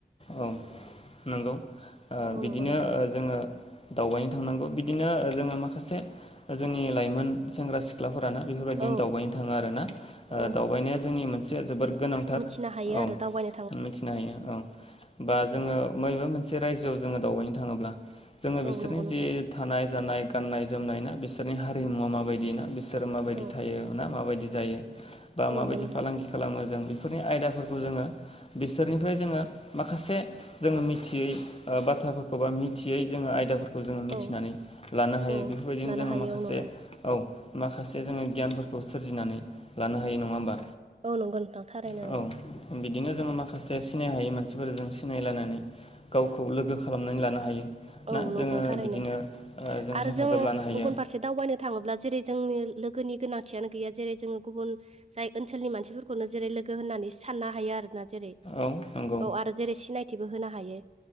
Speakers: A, on the left (about 35°); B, on the right (about 40°).
A: औ नंगौ ओ
B: औ
A: बिदिनो
B: नंगौ नोंथां
A: ओ जोङो दावबायनो थांनांगौ बिदिनो ओ जोङो माखासे जोंनि लाइमोन सेंग्रा सिख्लाफोराना बेफोरबायदिनो
B: औ
A: दावबायनो थाङो आरोना ओ
B: औ
A: दावबायनाया जोंनि मोनसे जोबोर गोनांथार
B: <unintelligible> नो हायो
A: औ
B: आरो दावबायनाय
A: मिथिनो हायो औ बा जोङो मैबा मोनसे रायजोआव जोङो दावबायनो थाङोब्ला जोङो
B: औ
A: बिसोरनि
B: नंगौ नोंथां
A: जि थानाय जानाय गाननाय -जोमनाय ना बिसोरनि हारिमुवा माबायदि ना बिसोरो माबायदि
B: औ
A: थायो ना माबायदि जायो बा
B: औ
A: माबायदि
B: नंगौ नोंथां
A: फालांगि खालामो जों बेफोरनि आयदाफोरखौ जोङो बिसोरनिफ्राय जोङो माखासे जोङो मिथियै ओ बाथ्राफोरखौ बा मिथियै जोङो आयदाफोर खौ जोङो मिथिनानै
B: औ
A: लानो हायो
B: औ
A: बेफोरबायदिनो
B: लानो
A: जोङो
B: हायो
A: माखासे
B: औ नंगौ
A: <unintelligible> माखासे जोङो गियानफोरखौ सोरजिनानै लानो हायो नङा होमबा
B: औ नंगौ नोंथां थारैनो
A: औ
B: नंगौ
A: बिदिनो जोङो माखासे सिनाय हायै मानसिफोर जों सिनायलानानै गावखौ लोगो खालामनानै लानो हायो।
B: औ
A: ना
B: नंगौ
A: जोङो
B: थारैनो
A: बिदिनो ओ
B: आरो
A: हेफाजाब
B: जों
A: लानो हायो
B: गुबुन फारसे दावबायनो थाङोब्ला जेरै जोंनि लोगोनि गोनांथियानो गैया जेरै जोङो गुबुन जाय ओनसोलनि मानसिफोरखौनो जेरै लोगो होनना नै साननो हायो आरोना जेरै
A: औ नंगौ
B: औ आरो जेरै सिनायथिबो होनो हायो।